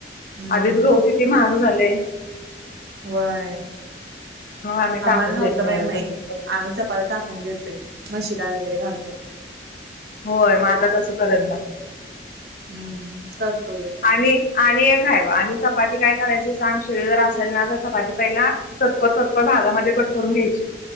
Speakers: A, on the right; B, on the left.
A: हम्म
B: आधीच गहु किती महाग झालय.
A: वय.
B: आम्ही टाकून
A: आम्हाला नव्हतं
B: देत नाही
A: बाई माहीत,
B: तसंच करते.
A: आम्ही चपात्या टाकून देतोय. मशीला वगैरे घालतोय.
B: होय, मग आता तसं करत जा.
A: हम्म, करतो गे.
B: आणि, आणि एक हाय बग, आणि चपाती काय कारायच सांग, शिळी जर असेल ना तर चपाती पहिलाऽ चतकोर चतकोर भागामध्ये कट करून घ्यायच.